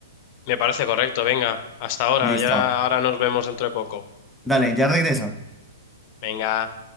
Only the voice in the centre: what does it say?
Listo.
Dale, ya regreso.